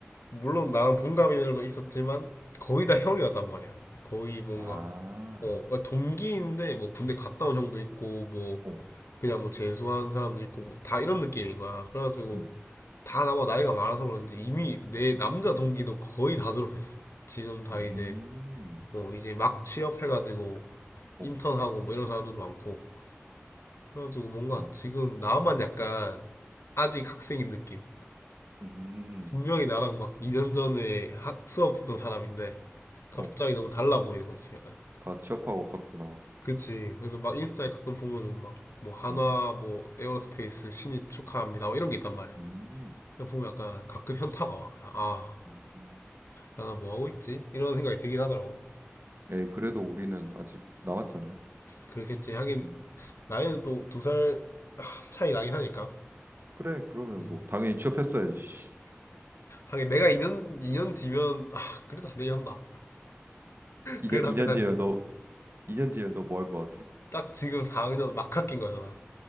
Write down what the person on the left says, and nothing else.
물론 나랑 동갑인들도 있었지만 거의 다 형이었단 말이야. 거의 뭔가
어 어, 동기인데 뭐 군대 갔다 온 형도 있고 뭐
그냥 뭐 재수한 사람도 있고 뭐다 이런 느낌인 거야. 그래가지고
다 나보다 나이가 많아서 그런지 이미 내 남자 동기도 거의 다 졸업했어. 지금 다
이제 어 이제 막 취업해가지고
인턴하고 뭐 이런 사람들도 많고 그래가지고 뭔가
지금 나만 약간 아직 학생인 느낌.
분명히 나랑 막 2년
전에 학, 수업 듣던 사람인데 갑자기
너무 달라 보이는 거지, 약간.
그치. 그래서 막 인스타에
가끔 보면은 막 뭐 하나
뭐 에어로스페이스 신입 축하합니다 뭐 이런 게 있단 말이야.
그냥 보면 약간 가끔 현타가 와. 아,
나 뭐 하고 있지? 이런 생각이 들긴 하더라고.
그렇겠지. 하긴
나이는 또 두 살 차이 나긴 하니까.
음.
하긴 내가 2년 이 년 뒤면 아, 그래도 안 되긴 한다.
그래도
학교 다닐
때.
딱 지금 4학년 막학기인 거잖아.